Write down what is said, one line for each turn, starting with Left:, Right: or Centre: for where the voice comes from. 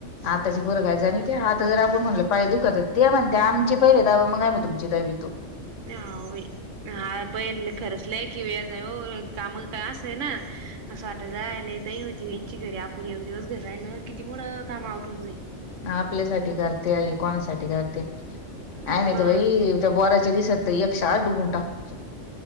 Left: आताची पोर काय जानित्यात ते आता जर आपण म्हणलो पाये दुखत ते म्हणते आमची पहिले दाबा मग आम्ही तुमचे दाबीतो,
Right: <unintelligible> हा पहि खरचलंय की व या जा हो काम काय असंय ना, असं वाट जाय जाई होती यांची घरी आपण एक दिवस घर राहिलं किती मोडं काम आवरून जाई.
Left: आपल्यासाठी करते आई कोणासाठी करते,
Right: जाईल
Left: आम्ही
Right: मग
Left: तर बाई, त्या बोऱ्याचे दिसत एक शाळा डुबून टाकाय